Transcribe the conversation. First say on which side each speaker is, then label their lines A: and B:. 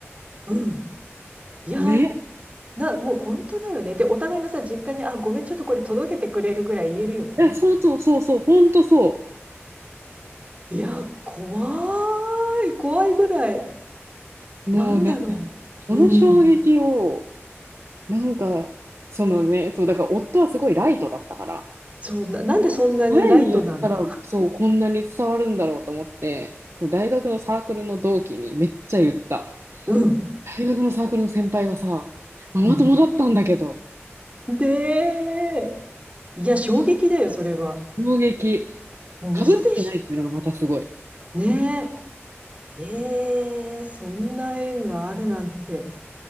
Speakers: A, on the right; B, on the right.
A: うん。いや、
B: ね。
A: な、もう本当だよね。で、お互いのさ、実家に、あ、ごめん、ちょっとこれ届けてくれるぐらい言えるよね。
B: いや、
A: <laughs>
B: そうそうそうそう、ほんとそ
A: いや、怖い。怖いぐらい。
B: う。もうね、
A: なんだろう。
B: この衝撃を、
A: うん。
B: なんか、そのね、そう、だから夫はすごいライトだったから、
A: そう、な、なんでそんなにライトなの
B: 前に言ったら、そう、こんなに伝わるんだろうと思って、大学のサークルの同期にめっちゃ言った。
A: うん。
B: 大学のサークルの先輩がさ、ママ友だったんだけど、
A: うん。で、いや、衝撃だよ、それは。
B: 衝撃。
A: もう嘘でし
B: かぶってないっていうのがまたすごい。
A: ょ。ねえ。ええ、そんな縁があるなんて。